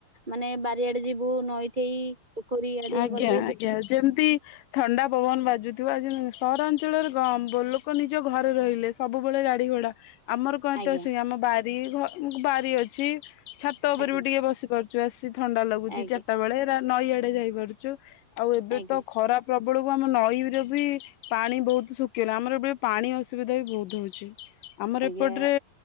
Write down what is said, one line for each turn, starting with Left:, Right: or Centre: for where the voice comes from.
Right: ମାନେ ବାରିଆଡେ ଯିବୁ ନଈଠେଇ ପୋଖରୀ ଆଡିଆ
Left: ଆଜ୍ଞା
Right: ଗଲେ
Left: ଆଜ୍ଞା
Right: ବହୁ
Left: ଯେମିତି ଥଣ୍ଡା ପବନ ବାଜୁଥିବ ଆଜି ସହରାଞ୍ଚଳରେ ଲୋକ ନିଜ ଘରେ ରହିଲେ ସବୁବେଳେ ଗାଡି ଘୋଡା। ଆମର କଣ ଏତବେଳସିକି
Right: ଆଜ୍ଞା
Left: ଆମ ବାରି ବାରି ଅଛି ଛାତ ଉପରେ
Right: ଆଜ୍ଞା
Left: ବି ଟିକେ ବସି ପାରୁ ବେଶି ଥଣ୍ଡା ଲାଗୁଛି
Right: ଆଜ୍ଞା
Left: ଚାରିଟା ବେଳେ ନଈଆଡେ ଯାଇପାରୁଛୁ ଆଉ ଏବେ
Right: ଆଜ୍ଞା
Left: ତ ଖରା ପ୍ରବଳକୁ ଆମ ନଈର ବି ପାଣି ବହୁତ ଶୁଖିଲା। ଆମର ଏବେ ପାଣି ଅସୁବିଧା ବି ବହୁତ ହଉଛି। ଆମର
Right: ଆଜ୍ଞା
Left: ଏପଟରେ